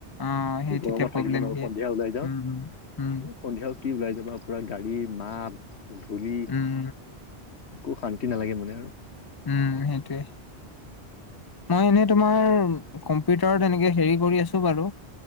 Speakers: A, on the left; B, on the left.
A: অ সেই
B: গৰমত
A: তেতিয়া প্ৰব্লেম
B: থাকিব নোৱাৰো,
A: দিয়ে
B: সন্ধিয়া ওলাই যাওঁ,
A: উম উম
B: সন্ধিয়াও কি ওলাই যাবা পুৰা গাড়ীৰ মাত, ধূলি।
A: উম
B: একো শান্তি নালাগে মানে আৰু।
A: উম, সেইটোৱে, মই এনেই তোমাৰ কম্পিউটাৰত এনেকে হেৰি কৰি আছো বাৰু